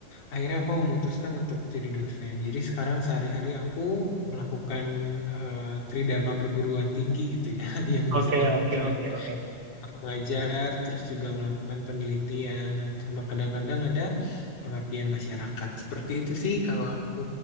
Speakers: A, on the left (about 70°); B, on the right (about 50°).
A: akhirnya aku memutuskan untuk jadi dosen. Jadi sekarang sehari-hari aku melakukan eh, tridharma perguruan tinggi gitu ya, <laughs> yang dosen
B: oke,
A: lakukan.
B: oke, oke. oke.
A: Aku ngajar, terus juga melakukan penelitian, sama kadang-kadang ada pengabdian masyarakat. Seperti itu sih kalau aku.